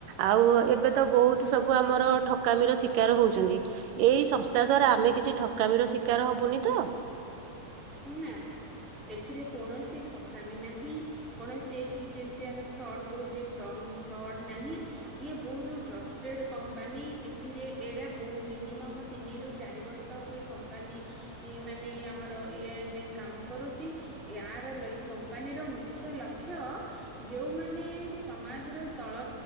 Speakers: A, on the right; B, in the centre.
A: ଆଉ ଏବେ ତ ବହୁତ ସବୁ ଆମର ଠକାମିର ଶିକାର ହଉଛନ୍ତି। ଏଇ ସଂସ୍ଥା ଦ୍ଵାରା ଆମେ କିଛି ଠକାମିର ଶିକାର ହବୁନି ତ।
B: ନା ନା ଏଥିରେ କୌଣସି ଠକାମି ନାହିଁ କୌଣସି ଏଠିକି ଯେମିତି ଆମେ ଫ୍ରଡ କହୁଛେ ଫ୍ରଡ ନାହିଁ ଇଏ ବହୁତ ଟ୍ରଷ୍ଟ ଟ୍ରେଡ଼୍ କମ୍ପାନୀ ଏଥିରେ ଏଇଟା ବହୁ ମିନିମମ୍ ତିନିରୁ, ଚାରି ବର୍ଷ ହେବ ଏ କମ୍ପାନୀ ଏ ମାନେ ଆମର ଏ ଆଇ ପାଇଁ କାମ କରୁଛି ଏହାର କମ୍ପାନୀର ମୁଖ୍ୟ ଲକ୍ଷ୍ୟ ଯେଉମାନେ ସମାଜର ତଳ